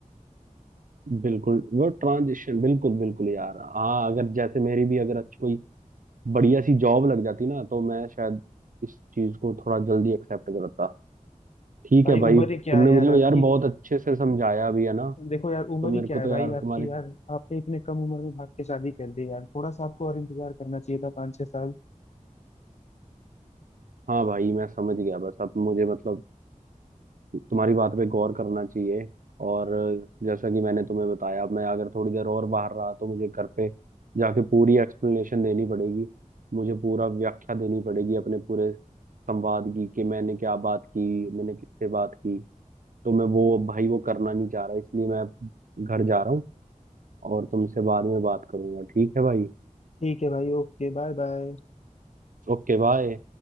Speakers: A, on the right; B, on the left.
A: बिल्कुल वो ट्रांजिशन बिल्कुल बिल्कुल यार हाँ अगर जैसे मेरी भी अगर अच्छी कोई बढ़िया सी जॉब लग जाती ना तो मैं शायद इस चीज को थोड़ा जल्दी एक्सेप्ट करता ठीक
B: भाई
A: है भाई
B: उम्र
A: तुमने
B: ही क्या है
A: मुझे
B: यार आपकी
A: यार बहुत अच्छे से समझाया भी है ना
B: देखो यार उम्र
A: तो
B: ही
A: मेरे
B: क्या
A: को
B: है
A: तो
B: भाई
A: यार
B: आपकी
A: तुम्हारी
B: यार आपने इतने कम उम्र में भाग के शादी कर ली यार थोड़ा सा आपको और इंतजार करना चाहिए था पाँच छह साल
A: हाँ भाई मैं समझ गया बस अब मुझे मतलब तुम्हारी बात पे गौर करना चाहिए और जैसा कि मैंने तुम्हें बताया अब मैं अगर थोड़ी देर और बाहर रहा तो मुझे घर पे जाके पूरी एक्सप्लेनेशन देनी पड़ेगी मुझे पूरा व्याख्या देनी पड़ेगी अपने पूरे संवाद की कि मैंने क्या बात की मैंने किससे बात की तो मैं वो भाई वो करना नहीं चाह रहा इसलिए मैं घर जा रहा हूँ और तुमसे बाद में बात करूंगा ठीक है भाई
B: ठीक है भाई ओके बाय बाय
A: Okay bye